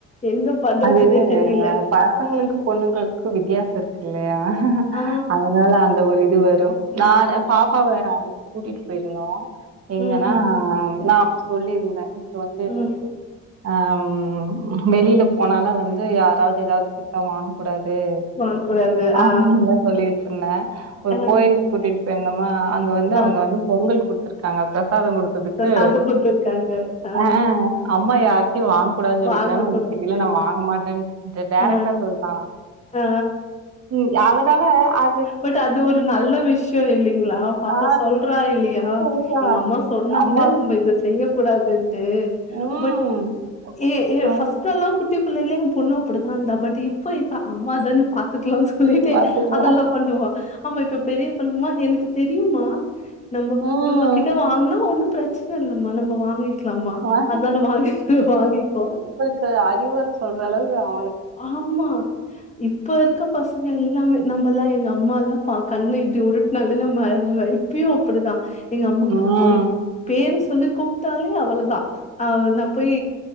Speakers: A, on the left (about 25°); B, on the right (about 55°).
A: என்ன பண்றதுன்னே
B: அது
A: தெரியில
B: பசங்களுக்கு பொண்ணுங்களுக்கு வித்தியாசோ இருக்கு இல்லையா
A: ஆ
B: அதனால அந்த அந்த ஒரு இது வரு நா பாப்பாவ அன்னைக்கு கூட்டிட்டு போயிருந்தோ எங்கனா
A: ம்
B: நா சொல்லியிருந்தே இப்ப வந்து <unintelligible>
A: ம்
B: ஆ ம் வெளியில போனாலே வந்து யாராவது எதாவது குடுத்தா வாங்க கூடாதுனு
A: வாங்க கூடாது
B: அப்படின்னுல்லா
A: ஆ
B: சொல்லி வச்சிருந்தே ஒரு
A: ஆ
B: கோயிலுக்கு கூட்டிட்டு போயிருந்தோமா அங்க வந்து
A: ஆ
B: அவுங்க வந்து பொங்கல் குடுத் தாங்க பிரசாதோ குடுத்ததுக்கு
A: இப்ப சாதம் குடுத்துருக்காங்க ஆ
B: அ அ அம்மா யார்டயு வாங்க கூடாதுனு சொல்லிக்கிறாங்க
A: வாங்க
B: உங்க
A: கூடாது
B: கிட்டலா நா வாங்க மாட்டேனு டேரைக்டா
A: ஆ
B: சொல்டா
A: ஆ
B: ம் அதனால அ
A: பட் அது ஒரு நல்ல விஷ்யோ இல்லிங்ளா பாப்பா
B: ஆ
A: சொல்றா இல்லியா ஆ
B: சொல்றா
A: எங்க அம்மா சொன்னாங்க
B: அம்மா
A: நம்ம இத செய்ய கூடாதுன்ட்டு
B: ம்
A: பட் ஏ ஏ
B: ஆ
A: ஃபஸ் ட்லல்லா குட்டி பிள்ளைல எ பொண்ணு அப்படிதா இந்தா பட் இப்ப இப்ப அம்மா தான பாத்துக்கலான் சொல்லிட்டு
B: பாத்துக்கலா
A: அதெல்லா பண்ணுவா ஆமா இப்ப பெரிய பொண்ணுமா எனக்கு தெரியுமா நம்ம
B: ம்
A: இவங்ககிட்ட வாங்குனா ஒன்னு பிரச்சன இல்லம்மா நம்ம வாங்கி க்லாமா
B: ஆ
A: அதனால வாங்கிக்கோ வாங்கிக்கோ
B: இப்ப அறிவர் சொல்ற அளவு ஆ
A: ஆமா இப்ப இருக்க பசங்க எல்லாமே நம்பல்லா எங்க அம்மால்லா பாக் கண்ண இப்டி உருட்னாலே நம்ம <unintelligible> இப்பியு அப்பிடிதா எங்க அம்மா
B: ம்
A: அவ் பேர சொல்லி கூப்ட்டாலே அவ்வளதா அவ்ளந்தா போய்